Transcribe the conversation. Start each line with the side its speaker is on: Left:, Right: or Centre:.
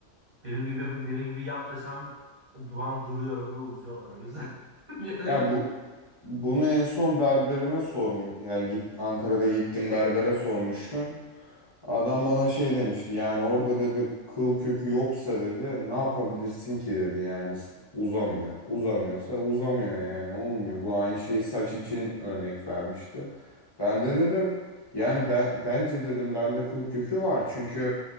Right: Benim gibi benim gibi yap desem o duvan duruyorum ve uzuyorlar. O yüzden <laughs> yani
Left: Ya bu bunu en son berberime sormuş. Yani git Ankara'da gittim berbere sormuştum. Adam bana şey demişti. Yani orada dedi kıl kökü yoksa dedi ne yapabilirsin ki dedi yani S- uzamıyor. Uzamıyorsa uzamıyor yani olmuyor. Bu aynı şey saç için örnek vermişti. Ben de dedim yani ben bence dedim bende kıl kökü var. Çünkü